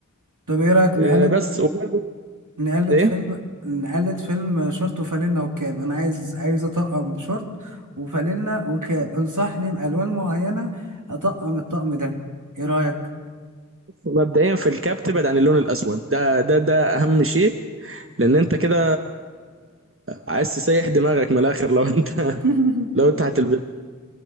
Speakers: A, on the right; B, on the right.
A: طب ايه رايك نقلل
B: آه، بس وبلبس
A: نقلد
B: ايه
A: فيلم نقلد فيلم شورت وفانلة وكاب انا عايز عايز اطقم شورت وفانلة وكاب انصحني بالوان معينة اطقم الطقم ده ايه رأيك
B: مبدئيا في الكاب تبعد عن اللون الاسود ده ده ده اهم شيء لان انت كده عايز تسيح دماغك من الاخر لو انت
A: <laughs>
B: <laughs> لو انت هتلبسه